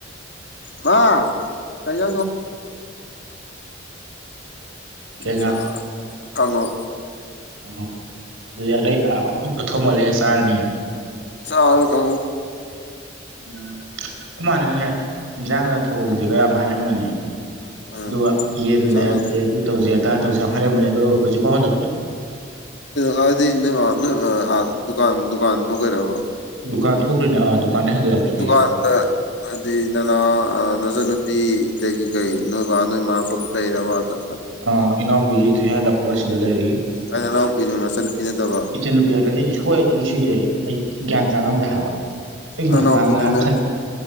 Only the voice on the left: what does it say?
ꯀ ꯊꯒꯦ
ꯑꯆꯥ ꯀꯥꯉꯨ
ꯆ ꯀꯥꯎꯗ
ꯎꯝ
ꯆꯥꯛꯅ
ꯀꯗꯤ ꯅ ꯅ ꯗꯨꯀꯥꯟ ꯗꯨꯀꯥꯟ ꯊꯣꯛꯀꯥꯏꯔꯕ
ꯗꯨꯀꯥꯟꯗ ꯍꯥꯏꯗꯤ ꯅꯅꯥ ꯅꯆꯟꯅꯨꯄꯤ ꯂꯩꯒꯤ ꯀꯩ ꯅꯣꯏ ꯋꯥ ꯅꯣꯏ ꯃꯥꯄꯔ ꯎꯇꯔ ꯋꯥꯗ
ꯀꯥꯏ ꯅꯅꯥꯎꯄꯤꯅꯣ ꯅꯆꯟꯅꯨꯄꯤ ꯅꯠꯇꯕ
ꯅꯅꯥꯎꯄꯤꯗꯨꯅ